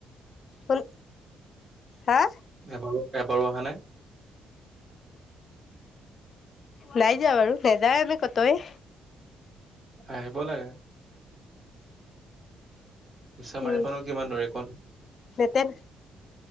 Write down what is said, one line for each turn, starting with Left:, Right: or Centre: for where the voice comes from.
Left: হুন হা!
Right: এবাৰো, এবাৰো অহা নাই।
Left: নাই যোৱা বাৰু নাযাওঁ আমি কতোৱেই?
Right: আহিব লাগে। মিছা
Left: উম
Right: মাৰি পা নো কিমান দূৰ একঘণ
Left: নেতেন